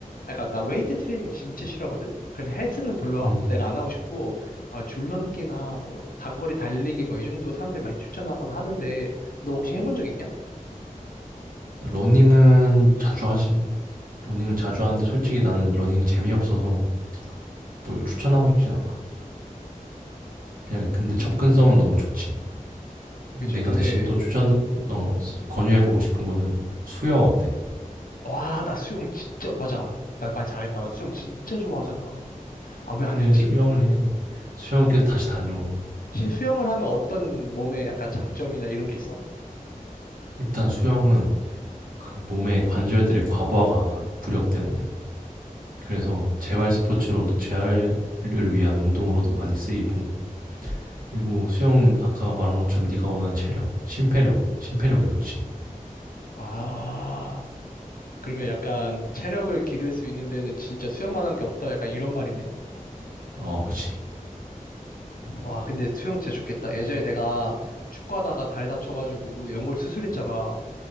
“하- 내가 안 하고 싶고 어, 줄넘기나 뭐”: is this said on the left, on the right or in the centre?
Left